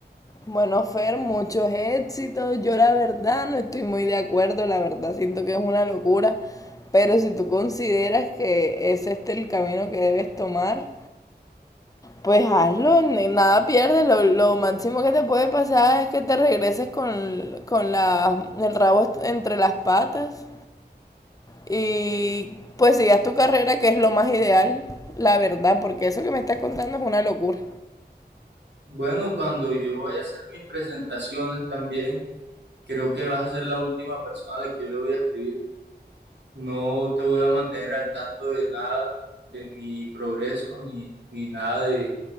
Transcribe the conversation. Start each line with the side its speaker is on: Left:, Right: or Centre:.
Left: Bueno, Fer, muchos éxitos. Yo la verdad no estoy muy de acuerdo, la verdad siento que es una locura, pero si tú consideras que ese es este el camino que debes tomar, Pues hazlo, nada pierdes. Lo, lo máximo que te puede pasar es que te regreses con, con la- el rabo entre las patas y pues sigas tu carrera, que es lo más ideal, la verdad, porque eso que me estás contando es una locura.
Right: Bueno, cuando yo voy a hacer mis presentaciones también, creo que vas a ser la última persona a la que yo le voy a escribir. No te voy a mantener al tanto de nada de mi progreso ni, ni nada de,